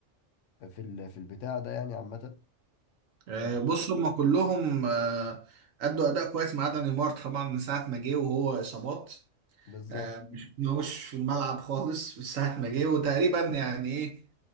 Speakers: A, on the left; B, on the right.
A: في ال في البتاع ده يعني عامة
B: آه،
A: في الدوري
B: بص هم كلهم آه، أدوا أداء كويس ما عدا نيمار طبعا من ساعة ما جه وهو إصابات
A: بالظبط
B: آه، ما شفناهوش في الملعب خالص من ساعة ما جه وتقريبا يعني إيه